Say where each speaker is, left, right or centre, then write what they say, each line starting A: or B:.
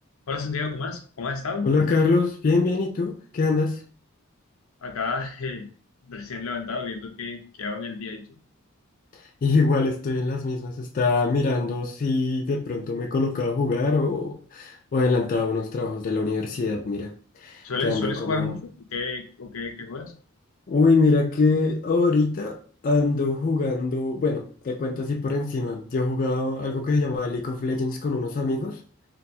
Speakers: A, on the left (about 80°); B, on the left (about 40°).
A: Hola Santiago, ¿cómo has, cómo has estado?
B: Hola Carlos, bien, bien, ¿y tú? ¿Qué andas?
A: Acá <laughs> eh, recién levantado viendo qué, qué hago en el día y tú.
B: <laughs> Igual estoy en las mismas, estaba mirando si de pronto me colocaba a jugar o, o adelantaba unos trabajos de la universidad, mira,
A: ¿Sueles,
B: que ando
A: sueles
B: como...
A: jugar mucho? ¿O qué, o qué, qué juegas?
B: Uy, mira que ahorita ando jugando, bueno, te cuento así por encima, yo he jugado algo que se llamaba League of Legends con unos amigos,